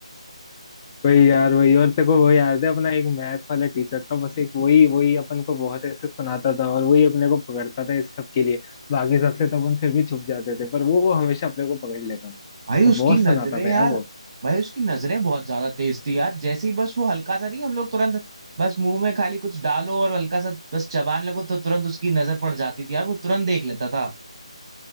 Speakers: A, on the left; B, on the right.
A: वही यार वही और तेरे को वो याद है अपना एक मैथ वाला टीचर था बस एक वही वही अपन को बहुत ऐसे सुनाता था और वही अपने को पकड़ता था इस सब के लिए बाकी सबसे तो अपन फिर भी छुप जाते थे पर वो हमेशा अपने को पकड़ लेता था
B: भाई उसकी
A: वो बहुत
B: नजरें
A: सुनाता था
B: यार
A: यार वो
B: भाई उसकी नजरें बहुत ज्यादा तेज थी यार जैसे ही बस वो हल्का सा नहीं हम लोग तुरंत बस मुंह में खाली कुछ डालो और हल्का सा बस चबान लगो तो तुरंत उसकी नजर पड़ जाती थी यार वो तुरंत देख लेता था